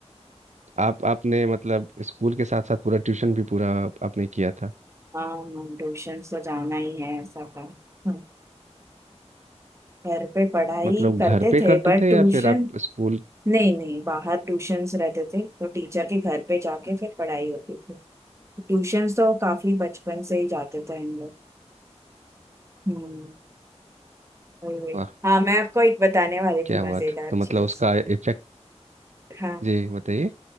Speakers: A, on the right; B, on the right.
A: आप आपने मतलब स्कूल के साथ साथ पूरा ट्यूशन भी पूरा आपने किया था
B: हाँ हम ट्यूशन तो जाना ही है ऐसा था हम्म। घर पे पढ़ाई
A: मतलब
B: करते
A: घर पे
B: थे
A: करते
B: बट
A: थे
B: ट्यूशन
A: या फिर आप स्कूल
B: नहीं नहीं बाहर ट्यूशंस रहते थे तो टीचर के घर पे जाके फिर पढ़ाई होती थी ट्यूशंस तो काफी बचपन से ही जाते थे हम लोग हम्म वही वही
A: वाह
B: हाँ मैं आपको एक बताने वाली
A: क्या
B: थी
A: बात
B: मजेदार
A: तो मतलब
B: चीज
A: उसका इफेक्ट
B: हाँ
A: जी बताइए